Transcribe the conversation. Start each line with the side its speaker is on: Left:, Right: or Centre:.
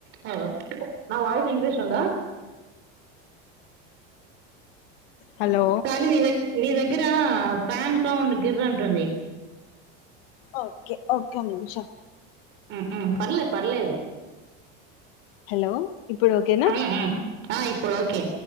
Right: Hello నా voice విపిస్తుందా
Left: hello
Right: కానీ నీ దగ్ నీ దగ్గర ఫ్యాన్ సౌండ్ గిరంటుంది
Left: ఓకే ఒక్క నిమిషం
Right: హ్మ్ హ్మ్ పర్లేదు పర్లేదు
Left: హలో ఇప్పుడు ఓకేనా
Right: మ్మ్ మ్మ్ ఆ ఇప్పుడు ఓకే